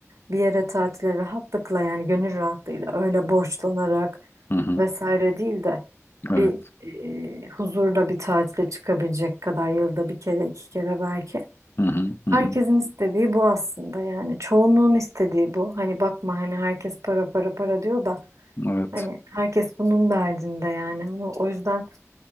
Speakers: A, on the right; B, on the left.
A: bir yere tatile rahatlıkla yani gönül rahatlığıyla öyle borçlanarak
B: hı hı.
A: vesaire değil de bir
B: Evet.
A: e, huzurda bir tatile çıkabilecek kadar yılda bir kere iki kere belki.
B: Hı hı, hı
A: Herkesin
B: hı.
A: istediği bu aslında yani çoğunluğun istediği bu. Hani bakma hani herkes para para para diyor da
B: Evet.
A: Hani herkes bunun derdinde yani ama o yüzden